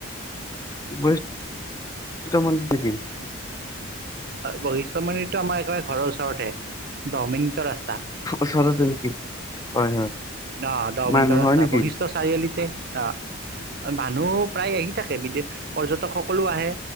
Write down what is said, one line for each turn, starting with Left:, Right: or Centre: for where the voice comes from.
Left: বশিষ্ঠ মন্দিৰ নেকি?
Right: বশিষ্ঠ মন্দিৰটো আমাৰ একেবাৰে ঘৰৰ ওচৰতে৷ দহ মিনিটৰ ৰাস্তা৷
Left: ওচৰতে নে কি? হয় হয়৷
Right: অ, দহ মিনিটৰ
Left: মানুহ
Right: ৰাস্তা
Left: হয় নেকি?
Right: বশিষ্ঠ চাৰিআলিতে অ মানুহ প্ৰায় আহি থাকে, বিদেশ পৰ্যটক সকলো আহে